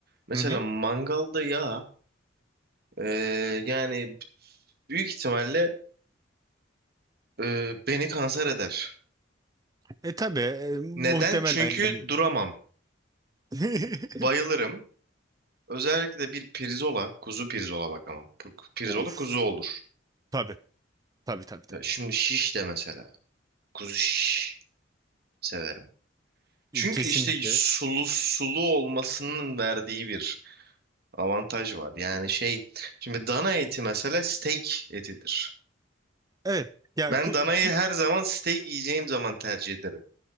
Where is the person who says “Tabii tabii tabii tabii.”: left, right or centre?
Right